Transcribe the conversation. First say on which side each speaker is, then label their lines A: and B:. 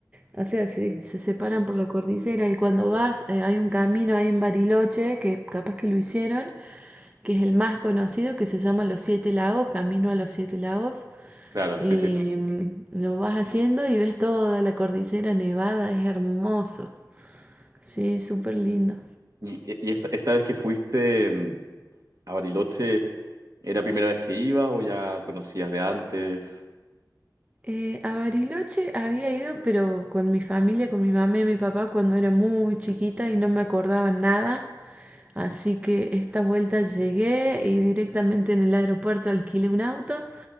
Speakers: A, on the right; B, on the right.
A: O sea, sí, se separan por la cordillera y cuando vas eh, hay un camino ahí en Bariloche, que capaz que lo hicieron, que es el más conocido, que se llama Los Siete Lagos, Camino a los Siete Lagos.
B: Claro,
A: Y
B: sí, sí. sí.
A: mm, lo vas haciendo y ves toda la cordillera nevada, es hermoso. Sí, súper lindo.
B: Y, e, y esta, esta vez que fuiste mm, a Bariloche, ¿era la primera vez que ibas o ya conocías de antes?
A: Eh, a Bariloche había ido, pero con mi familia, con mi mamá y mi papá cuando era muy chiquita y no me acordaba nada. Así que esta vuelta llegué y directamente en el aeropuerto alquilé un auto